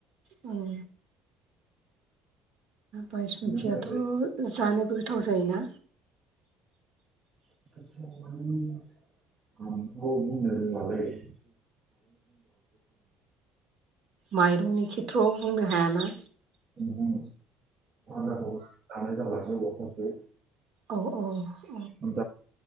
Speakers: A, on the right; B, on the right.
A: उम बायस
B: बेनो
A: मुथिआथ'
B: मोजां जायो।
A: जानोबो गोथाव जायोना
B: <inaudible> उम आंथ' बुंनो रोंलालै <inaudible>
A: माइरंनि खेथ्र'आव बुंनो हायाना
B: उम उम लानो बससै <unintelligible>
A: औ औ
B: मोन